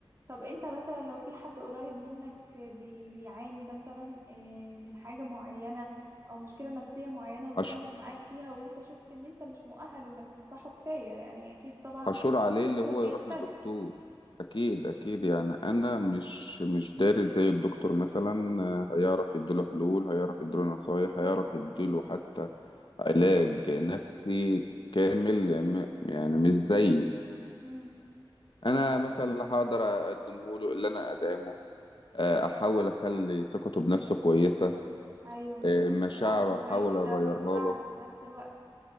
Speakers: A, on the right; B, on the left.
A: طب انت مثلا لو في حد قريب منك بي- بيعاني مثلا آه، من حاجة معينة او مشكلة نفسية معينة واتكلم
B: أش-
A: معاك فيها وانت شفت ان انت مش مؤهل انك تنصحه كفاية يعني اكيد طبعا
B: حشور عليه
A: الدكتور
B: اللي هو
A: بيختلف
B: يروح للدكتور اكيد اكيد يعني انا مش مش دارس زي الدكتور مثلا آه، هيعرف يديله حلول هيعرف يديله نصايح هيعرف يديله حتى علاج نفسي كامل م- يعني مش زي
A: مم.
B: انا مثلا
A: طب
B: لا هقدر اقدمه له اللي انا ادعمه آه، احاول اخلي ثقته بنفسه كويسة
A: ايوه ممكن
B: آه، مشاعره
A: نشجعه ان هو
B: احاول
A: يروح
B: اغيرها
A: ده برضو دعم
B: له
A: في نفس الوقت